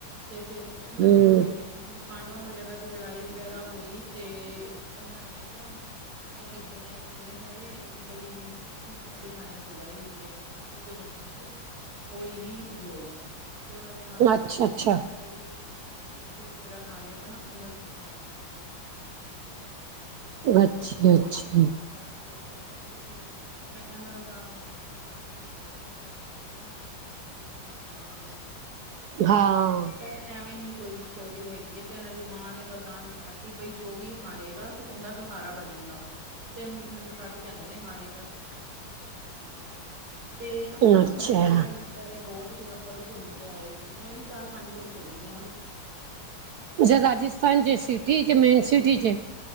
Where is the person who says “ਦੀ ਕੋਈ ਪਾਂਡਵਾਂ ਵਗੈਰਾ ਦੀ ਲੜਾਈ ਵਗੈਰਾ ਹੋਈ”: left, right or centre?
Right